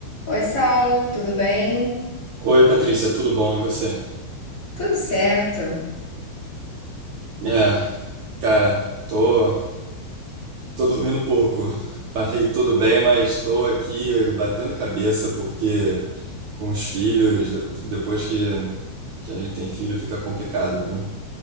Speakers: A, on the left; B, on the right.
A: Oi, Saulo, tudo bem?
B: Oi, Patrícia, tudo bom? E você?
A: Tudo certo.
B: É, cara, tô, tô dormindo pouco. <laughs> Falei tudo bem, mas tô aqui batendo cabeça porque com os filhos, de- depois que, que a gente tem filho, fica complicado, viu?